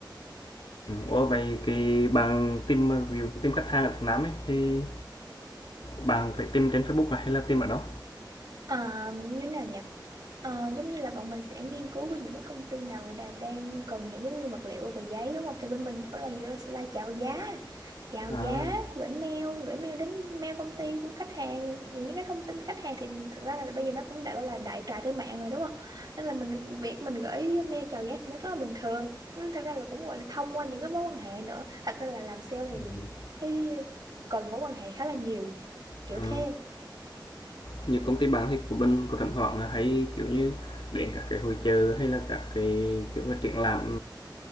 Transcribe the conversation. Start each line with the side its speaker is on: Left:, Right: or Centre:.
Left: Ủa, vậy cái bạn tìm, ờ, ví dụ tìm khách hàng ở Việt Nam ấy, thì bạn phải tìm trên Facebook à, hay là tìm ở đâu?
Right: À, như thế nào nhỉ Ờ, giống như là bọn mình sẽ nghiên cứu với những cái công ty nào người ta đang cần những cái nguyên vật liệu về giấy đúng không? Thì bên mình có là vừa sẽ là chào giá, chào
Left: À,
Right: giá, gửi mail, gửi mail đến mail công ty của khách hàng, những cái thông tin khách hàng thì thực ra là bây giờ nó cũng đã gọi là đại trà trên mạng rồi đúng không? Nên là mình việc mình gửi mail chào giá thì nó rất là bình thường. Ừ, thật ra là cũng gọi là thông qua những cái mối quan hệ nữa. Thật ra là làm sale thì
Left: ừm.
Right: cái cần mối quan hệ khá là nhiều. Kiểu
Left: À.
Right: thế.
Left: như công ty bán thì của mình có thỉnh thoảng hay kiểu như đến các cái hội chợ hay là các cái kiểu mà triển lãm